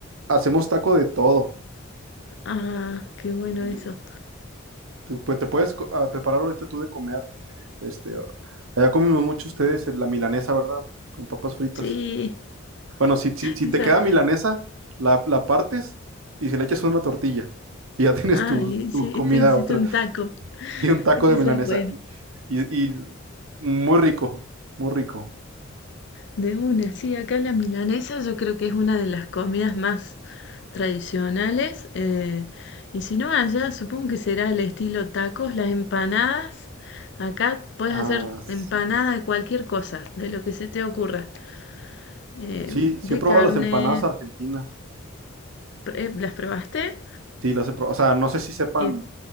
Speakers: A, on the right; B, on the left.
A: hacemos taco de todo.
B: Ah, qué bueno
A: De-
B: eso.
A: te, pues, te puedes co- ah, preparar ahorita tú de comer. Este, allá comemos mucho ustedes la milanesa, ¿verdad? Con papas fritas.
B: Sí,
A: Bueno, si, si, si
B: esa.
A: te queda milanesa, la, la partes y se le echas una tortilla. Y ya <laughs> tienes
B: Ah,
A: tu, tu
B: sí,
A: comida,
B: te hiciste
A: otra
B: un
A: <laughs>
B: taco.
A: Y un taco
B: Esa
A: de milanesa.
B: es buena.
A: Y, y muy rico, muy rico.
B: De una, sí, acá la milanesa yo creo que es una de las comidas más tradicionales. eh, y si no, allá supongo que será el estilo tacos, las empanadas. Acá puedes
A: Ah,
B: hacer
A: sí.
B: empanada de cualquier cosa, de lo que se te ocurra. eh,
A: Sí, sí
B: de
A: he probado
B: carne,
A: las empanadas argentinas.
B: eh, ¿las probaste?
A: Sí, las he probado. O sea, no sé si sepan
B: ¿Y,